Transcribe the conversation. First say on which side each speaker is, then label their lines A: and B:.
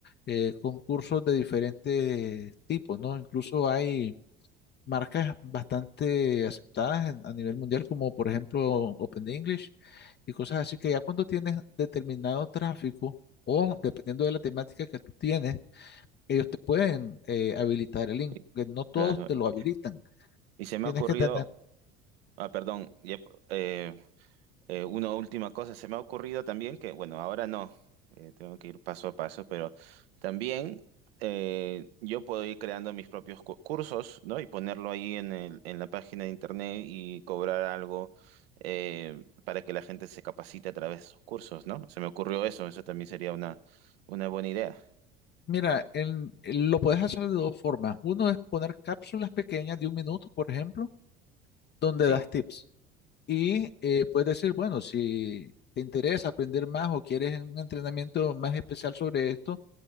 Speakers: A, on the left; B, on the right.
A: eh, concursos de diferentes tipos, ¿no? Incluso hay marcas bastante aceptadas en- a nivel mundial, como por ejemplo Open English y cosas así, que ya cuando tienes determinado tráfico o dependiendo de la temática que tú tienes, ellos te pueden eh, habilitar el link,
B: Y-
A: que no todos
B: Claro.
A: te
B: Y
A: lo habilitan.
B: y se me
A: Tienes
B: ha ocurrido,
A: que tener.
B: ah, perdón, ya, eh, eh, una última cosa, se me ha ocurrido también que, bueno, ahora no, eh, tengo que ir paso a paso, pero también eh, yo puedo ir creando mis propios cu- cursos, ¿no? Y ponerlo ahí en el- en la página de internet y cobrar algo eh, para que la gente se capacite a través de esos cursos, ¿no? Se me ocurrió eso, eso también sería una, una buena idea.
A: Mira, en- lo puedes hacer de dos formas. Uno es poner cápsulas pequeñas de un minuto, por ejemplo, donde
B: Sí,
A: das tips. Y eh, puedes decir, bueno, si te interesa aprender más o quieres un entrenamiento más especial sobre esto,